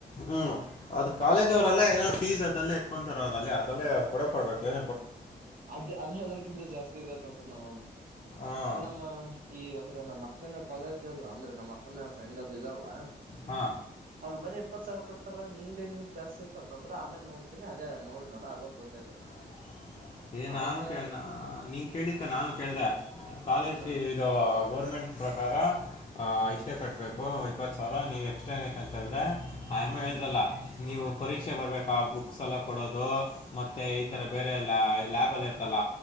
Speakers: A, on the left; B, on the right.
A: ಹ್ಮ್ ಅದು
B: ನಮ್ಮ್
A: ಕಾಲೇಜ್
B: ಅಕ್ಕ
A: ಅವರೆಲ್ಲ ಏನೋ ಫೀಸ್ ಅದೆಲ್ಲ ಎತ್ಕೊಂತಾರ ಅದಲ್ಲಿ ಅದದೆಲ್ಲೇ ಕೊಡ ಕೊಡ್ಬೇಕು ಏ
B: ಅದ ಅದೇ ಅದ್ರಕ್ಕಿಂತ ಜಾಸ್ತಿ ಇದೆ ಅತ್ ಅನ್ಸತ್ ನಾ
A: ಹಾಂ
B: ನಮ್ಮ ಈ ಅಂದ್ರೆ ನಮ್ಮ ಮ ಅಕ್ಕನ ಕಾಲೇಜ ಅಲ್ಲ ಅಂದ್ರೆ ನಮ್ಮ ಅಕ್ಕನ ಫ್ರೆಂಡ್ ಅದು ಇದಾರಲ್ಲಾ
A: ಹಾ
B: ಬರಿ ಇಪ್ಪತ್ ಸಾವಿರ ಕಟ್ತಾರ ನಿಂದ ಹೆಂಗ ನಿತ್ ಜಾಸ್ತಿ ಆಯತ ಅ್ರ ಆಮೇಲೆ ನೋಡ್ತಿನಿ ಅದೇ ನೋಡ್ನಲ್ಲ ಅವಾಗ ಗೊತ್ತಾಯ್ತು
A: <inaudible> ಏ
B: ಅದಕ್ಕ
A: ನಾನು <unintelligible> ನೀನು ಕೇಳಿದ್ಕೆ ನಾನು ಕೇಳ್ದ ಕಾಲೇಜ್
B: ಹ
A: ಇದು ಗೋರ್ಮೆಂಟ್ ಪ್ರಕಾರ ಇಷ್ಟೇ ಕಟ್ಟಬೇಕು ಇಪ್ಪತ್ತು ಸಾವಿರ ನೀವು ಎಕ್ಸ್ಟ್ರಾ ಏನಿಕನ್ನಂತಾದ್ರೆ ಆ ಯಮ್ಮ
B: ಹ್ಮ್
A: ಹೇಳ್ದಲ್ಲ ನೀವು ಪರೀಕ್ಷೆ ಬರೀಬೇಕಾ ಬುಕ್ಸ್ ಎಲ್ಲ ಕೊಡೋದು ಮತ್ತೆ ಈ
B: ಹ್ಮ್
A: ಥರ ಬೇರೆ ಎಲ್ಲ ಲ್ಯಾಬಲ್ಲಿ ಇರ್ತಲ್ಲ